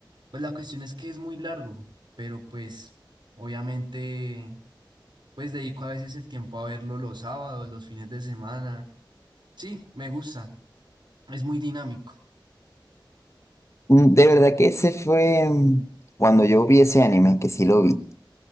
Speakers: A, on the right (about 65°); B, on the left (about 35°).
A: Pues la cuestión es que es muy largo, pero pues obviamente pues dedico a veces el tiempo a verlo los sábados, los fines de semana. Sí, me gusta, es muy dinámico.
B: Mm, De verdad que ese fue mm, cuando yo vi ese anime, que sí lo vi.